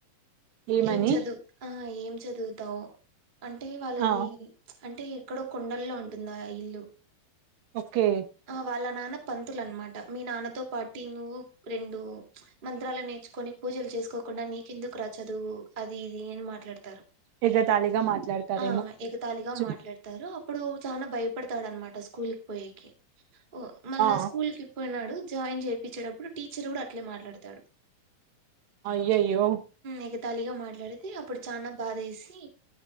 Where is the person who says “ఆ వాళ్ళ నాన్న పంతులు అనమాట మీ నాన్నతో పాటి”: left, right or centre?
Right